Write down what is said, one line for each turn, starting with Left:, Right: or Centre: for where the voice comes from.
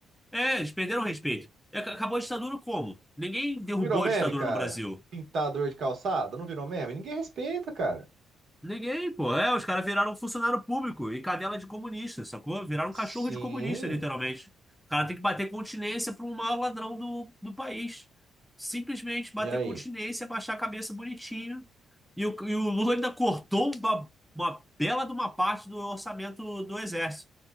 Centre: é, eles perderam o respeito. E ac- Acabou a ditadura como? Ninguém derrubou
Right: Não virou meme,
Centre: a ditadura
Right: cara?
Centre: no Brasil.
Right: Pintador de calçada, não virou meme? Ninguém respeita, cara.
Centre: Ninguém, pô. É, os caras viraram funcionário público e cadela de comunista, sacou? Viraram cachorro
Right: Sim.
Centre: de comunista, literalmente. O cara tem que bater continência para um maior ladrão do, do país. Simplesmente bater
Right: E aí?
Centre: continência, baixar a cabeça bonitinho. E o, e o Lula ainda cortou uma, uma bela de uma parte do orçamento do Exército.